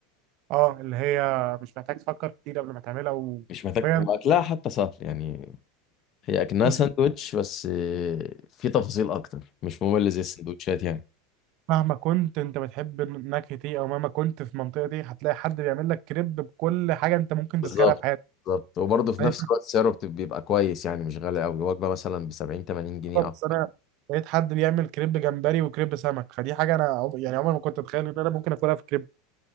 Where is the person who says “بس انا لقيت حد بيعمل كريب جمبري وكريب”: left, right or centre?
Right